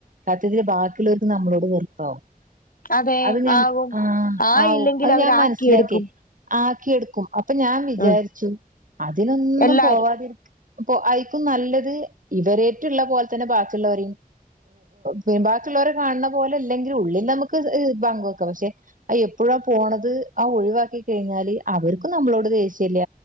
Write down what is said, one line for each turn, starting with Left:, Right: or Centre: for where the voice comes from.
Right: സത്യത്തിൽ ബാക്കിള്ളോർക്ക് നമ്മളോട് വെറുപ്പാവും
Left: അതെ
Right: അത് ഞാൻ
Left: ആകും
Right: ആഹ്
Left: ആ
Right: ആവും
Left: ഇല്ലെങ്കിൽ
Right: അത്
Left: അവരാക്കിയെടുക്കും
Right: ഞാൻ മനസ്സിലാക്കി ആക്കിയെടുക്കും. അപ്പൊ ഞാൻ വിചാരിച്ചു
Left: ഉം
Right: അതിനൊന്നും
Left: എല്ലാരും
Right: പോവാതി അപ്പൊ ആയിരിക്കും നല്ലത് ഇവരറ്റ്ള്ള പോലെ തന്നെ ബാക്കിയുള്ളവരെയും പിൻ ബാക്കിയുള്ളവരെ കാണുന്ന പോലെ അല്ലെങ്കിൽ ഉള്ളിൽ നമുക്ക് പങ്കക്കാം പക്ഷെ. ആഹ് എപ്പോഴാ പോണത് ആ ഒഴിവാക്കി കഴിഞ്ഞാല് അവർക്കും നമ്മളോട് ദേഷ്യല്ല